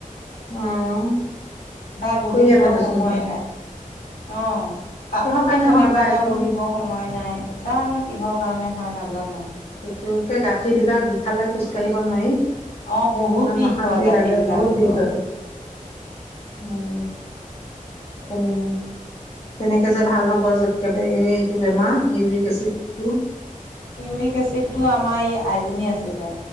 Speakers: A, on the left; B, on the left.
A: অ'
B: তাই বহিবলৈ
A: কৰিয়ে থাকেচোন
B: সময়
A: তাই
B: নাই, অ'। তাতো
A: কিহৰ
B: সেই
A: কাৰণে
B: তেনেকুৱা
A: হয় বা
B: এটা
A: এইটো
B: বহিব সময় নাই, জানো কিহৰ কাৰণে হয়, নাজানো।
A: তোৰ একে গাঁঠিবিলাক বিষালে খোজকাঢ়িব নোৱাৰি।
B: অ', বহুত
A: ইমান
B: বিষ
A: অশান্তি
B: হয় গাঁঠি
A: লাগে
B: বিলাকতো,
A: বহুত বিষ হয়, উম। <unintelligible> কেনেকে যে, ভাল হ'ব একেবাৰে এইটো বেমাৰ ইউৰিক এচিডটো।
B: ইউৰিক এচিডটো আমাৰ এই আইজনী আছিলে,